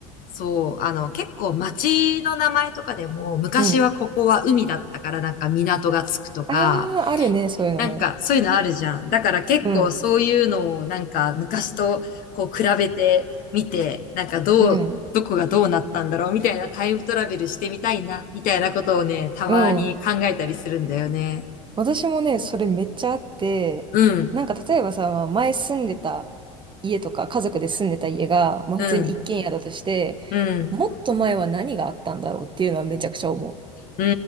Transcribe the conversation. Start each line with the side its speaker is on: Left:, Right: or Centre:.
Left: そう、あの、結構街の名前とかでも、昔はここは海だったからなんか港がつくとか、
Right: うん。ああ、あるね、そういうのね。
Left: なんか、そういうのあるじゃん。だから結構そういうのをなんか昔とこう比べてみて、
Right: うん、
Left: なんかどう、
Right: うん、
Left: どこがどうなったんだろうみたいなタイムトラベルしてみたいな、みたいなことをね、たまに考えたりするんだよね。
Right: うん。私もね、それめっちゃあって、
Left: うん、
Right: なんか例えばさ、まあ前住んでた家とか、家族で住んでた家が、まあ普通に一軒家だとして、
Left: うん、うん、
Right: もっと前は何があったんだろうっていうのはめちゃくちゃ思う。
Left: う